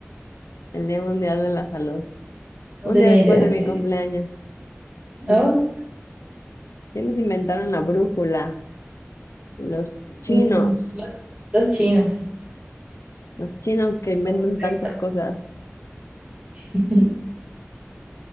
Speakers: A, on the left; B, on the right.
A: el Día Mundial de la Salud.
B: No
A: Un
B: tenía
A: día después
B: idea
A: de mi
B: que...
A: cumpleaños. <laughs>
B: ¿No?
A: Ujú. ¿Quiénes inventaron la brújula? Los chinos.
B: Mm, los, los chinos.
A: Los chinos que inventan
B: Correcto.
A: tantas cosas.
B: <laughs>